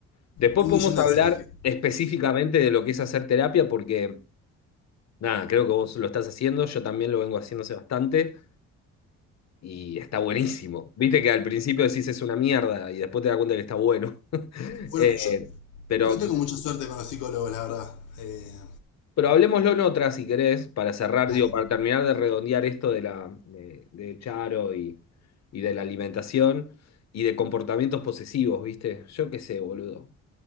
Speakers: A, on the left; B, on the left.
A: Después
B: Un
A: podemos
B: millón de
A: hablar
B: veces le dije.
A: específicamente de lo que es hacer terapia, porque nada, creo que vos lo estás haciendo, yo también lo vengo haciendo hace bastante y está buenísimo. Viste que al principio decís es una mierda y después te das cuenta que está bueno.
B: Bueno,
A: Eh,
B: yo
A: pero,
B: no tengo mucha suerte con los psicólogos, la verdad. Eh,
A: pero hablemoslo en otra, si querés, para cerrar,
B: dale.
A: digo, para terminar de redondear esto de la de, de Charo y, y de la alimentación y de comportamientos posesivos, ¿viste? Yo qué sé, boludo.